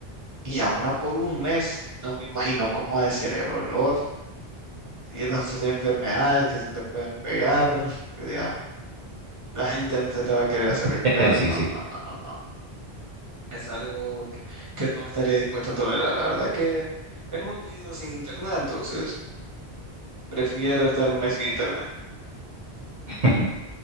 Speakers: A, on the right; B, on the right.
A: Y ahora por un mes, no me imagino cómo ha de ser el olor y las enfermedades que se te pueden pegar, <laughs> digamos. La gente no se te va a querer acercar,
B: <laughs> Sí,
A: no,
B: sí.
A: no, no, no. no. Es algo que que no estaría dispuesto a tolerar. La verdad que hemos vivido sin internet, entonces prefiero estar un mes sin internet.
B: <laughs>